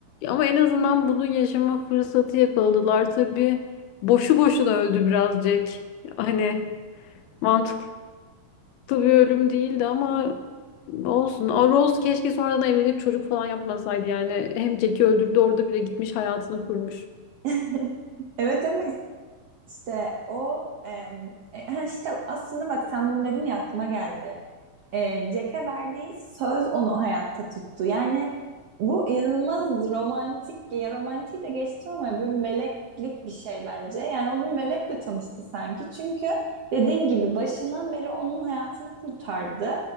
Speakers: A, on the left; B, on the right.
A: ama en azından bunu yaşama fırsatı yakaladılar. Tabii boşu boşuna öldü birazcık. Hani mantıklı. Tabii bir ölüm değildi ama olsun. A, Rose keşke sonradan evlenip çocuk falan yapmasaydı yani. Hem Jack'i öldürdü orada bile gitmiş hayatını kurmuş.
B: <laughs> Evet ama işte o em, e, ha işte aslında bak sen bunu dedin ya aklıma geldi. e, Jack'e verdiği söz onu hayatta tuttu. Yani bu inanılmaz romantik, ya romantiği de geçtim ama bir meleklik bir şey bence. Yani o bir melekle tanıştı sanki. Çünkü dediğin gibi başından beri onun hayatını kurtardı.